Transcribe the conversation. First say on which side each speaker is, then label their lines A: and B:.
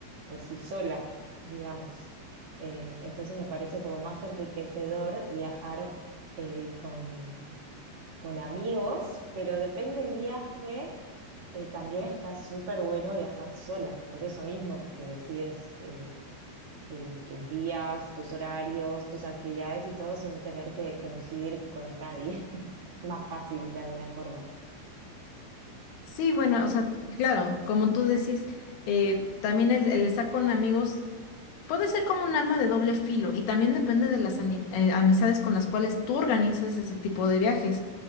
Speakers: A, on the right (about 70°); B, on the left (about 80°).
A: por sí sola, digamos. Eh, entonces me parece como más enriquecedor viajar eh, con, con amigos, pero depende el viaje eh, también está súper bueno viajar sola, por eso mismo, porque decides eh, tu- tus días, tus horarios, tus actividades y todo sin tener que coincidir con nadie. <laughs> Más fácil de alguna forma.
B: Sí, bueno, o sea, claro, como tú decís, eh, también el, el estar con amigos puede ser como un arma de doble filo y también depende de las ani- eh, amistades con las cuales tú organizas ese tipo de viajes.